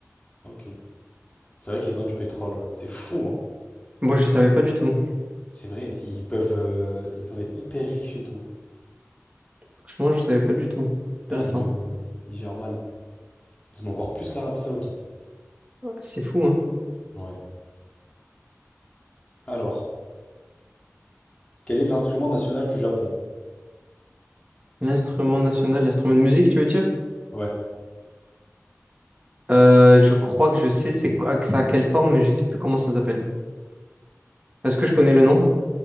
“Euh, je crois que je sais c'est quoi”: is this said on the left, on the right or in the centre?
Right